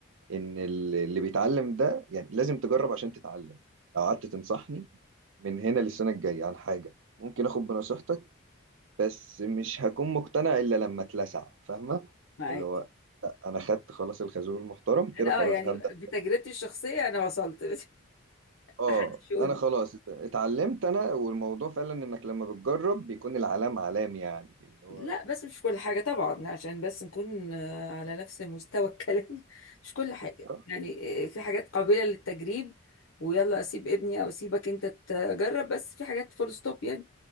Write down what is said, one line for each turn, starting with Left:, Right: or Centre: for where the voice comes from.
Right: إن ال- اللي بيتعلم ده يعني لازم تجرب عشان تتعلم لو قعدت تنصحني من هنا للسنة الجاية عن حاجة ممكن آخد بنصيحتك بس مش هكون مقتنع إلا لما اتلسع فاهمة
Left: معاك
Right: اللي هو لا أنا خدت خلاص الخازوق المحترم كده
Left: أنا
Right: خلاص
Left: أه يعني
Right: هبدأ
Left: بتجربتي الشخصية أنا وصلت
Right: اه
Left: <laughs> شغل
Right: انا خلاص ات- اتعلمت انا والموضوع فعلا انك لما بتجرب بيكون العلام علام يعني اللي هو
Left: لا بس مش كل حاجة طبعا عشان بس نكون آه، على نفس مستوى الكلام <laughs> مش كل حاجة
Right: آه،
Left: يعني آه، في حاجات قابلة للتجريب ويلا أسيب ابني أو أسيبك أنت تجرب بس في حاجات فول ستوب يعني